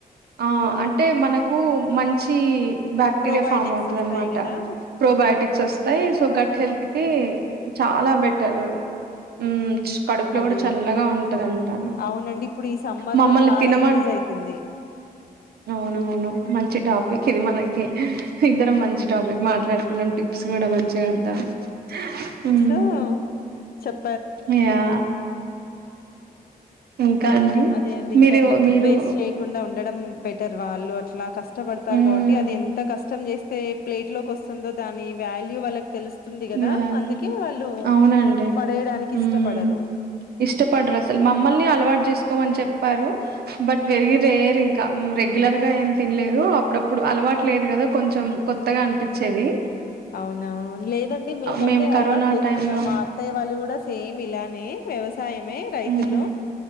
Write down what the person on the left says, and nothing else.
ప్రోబయోటిక్స్
వస్తాయి
గదా
అదే
అవునండి ఇప్పుడు ఈ సమ్మర్
లో చాలా
యూజ్ అయితుంది
ఊ చెప్
అదే అండి ఇంకా
అట్ల ఫుడ్
వేస్ట్ చేయ్యకుండా ఉండడం బెటర్ వాళ్ళు అట్లా కష్టపడతారు
కాబట్టి అది ఎంత కష్టం చేస్తే ప్లేట్ లోకి వస్ స్తుందో దాని వాల్యూ వాళ్ళక్ తెలుస్తుంది కదా
అందుకే వాళ్ళు
పడేయడానికి
ఇష్టపడరు
హ్మ్
అవునా లేదండి మేమయితే
అలవాటు
చేసుకున్నాం
మా అత్తయ్య వాళ్ళు కూడా సేమ్ ఇలానే వ్యవసాయమే రైతులు